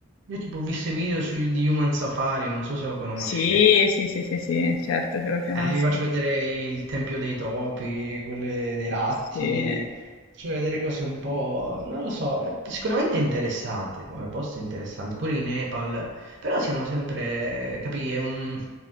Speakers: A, on the right (about 55°); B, on the left (about 75°).
A: Io tipo ho visto i video su, di Human Safari, non so se lo conosci.
B: Sì, sì, sì, sì, sì, certo che lo conosco.
A: Eh, vi faccio vedere il Tempio dei Topi, quelle dei Ratti,
B: Sì.
A: faccio vedere cose un po'... non lo so, eh, sicuramente è interessante, come posto è interessante, pure in Nepal, però siamo sempre, capì, è un-